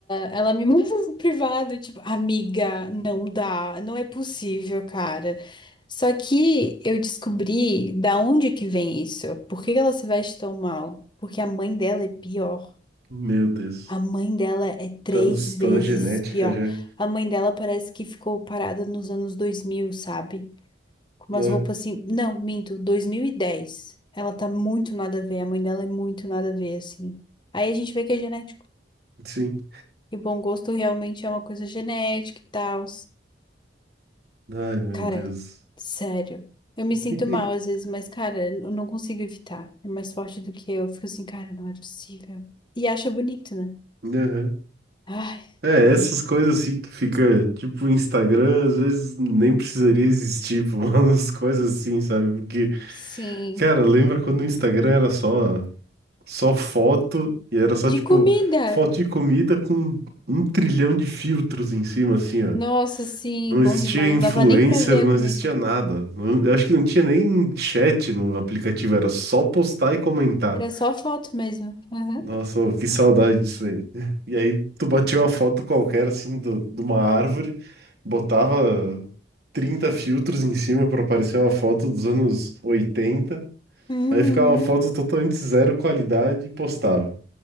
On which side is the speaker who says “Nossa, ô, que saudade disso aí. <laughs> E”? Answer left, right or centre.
Right